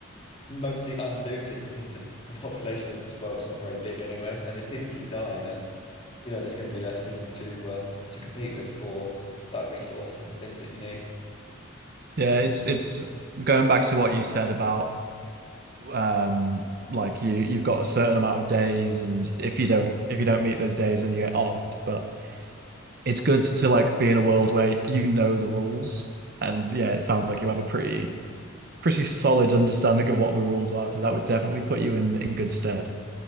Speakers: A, on the left (about 30°); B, on the right (about 50°).
A: mostly unlooted because the the population of this world is not very big anyway. And if people keep dying, then you know there's going to be less people to uh, to compete with for like resources and things that you need.
B: Yeah, it's it's going back to what you said about um like you you've got a certain amount of days and if you don't if you don't meet those days then you get offed, but it's good to like be in a world where you know the rules and yeah, it sounds like you have a pretty pretty solid understanding of what the rules are, so that would definitely put you in in good stead.